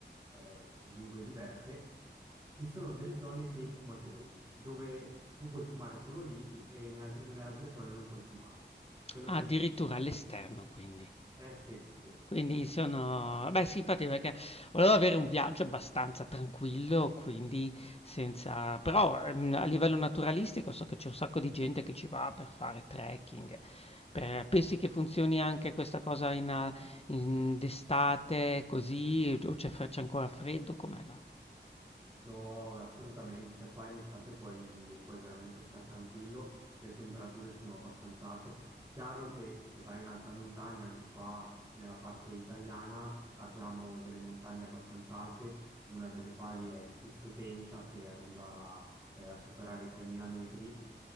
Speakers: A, on the right; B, on the left.
A: eh, lingue diverse ci sono delle zone dei fumatori, dove tu puoi fumare solo lì e in altre- nelle altre zone non puoi fumare. Quello
B: Ah,
A: sì.
B: addirittura all'esterno quindi.
A: Eh sì, sì, sì.
B: Quindi sono beh sì infatti perché volevo avere un viaggio abbastanza tranquillo, quindi senza però, ehm, a livello naturalistico so che c'è un sacco di gente che ci va per fare trekking, per pensi che funzioni anche questa cosa in a in d'estate così o c'è fre c'è ancora freddo? Com'è là?
A: No, assolutamente. Cioè, qua in estate puoi, puoi veramente stare tranquillo. Le temperature sono abbastanza alte. Chiaro che se vai in alta montagna, anche qua nella parte italiana, abbiamo delle montagne abbastanza alte, una delle quali è il Pizzo Tencia, che arriva, eh, a superare i 3000 metri